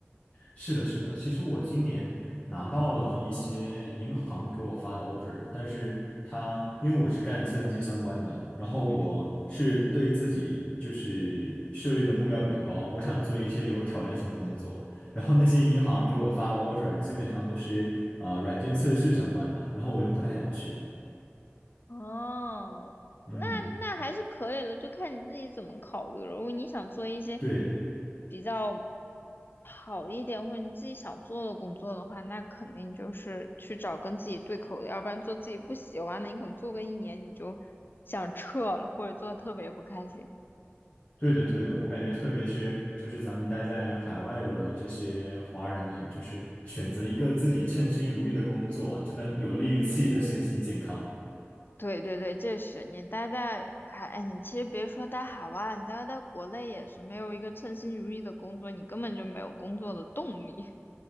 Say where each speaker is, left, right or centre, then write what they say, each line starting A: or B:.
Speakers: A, on the left (about 30°); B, on the left (about 50°).
A: 是的，是的。其实我今年拿到了一些银行给我发的 offer，但是它因为我是干计算机相关的，然后我是对自己就是设立的目标比较高，
B: <laughs> 嗯。
A: 我想做一些有挑战性的工作。然后那些银行给我发的 offer 基本上都是啊、呃软件测试相关的，然后我就不太想去。
B: 哦，
A: 嗯，
B: 那那还是可以的，就看你自己怎么考虑了。如果你想做一些
A: 对。
B: 比较好一点，或者你自己想做的工作的话，那肯定就是去找跟自己对口的，要不然做自己不喜欢的，你可能做个一年你就想撤了，或者做的特别不开心。
A: 对的，对的，我感觉特别是就是咱们待在海外的这些华人们，就是选择一个自己称心如意的工作，真的有利于自己的身心健康。
B: 对对对，这是你待在海，哎哎，你其实别说待海外，你待在国内也是没有一个称心如意的工作，你根本就没有工作的动力。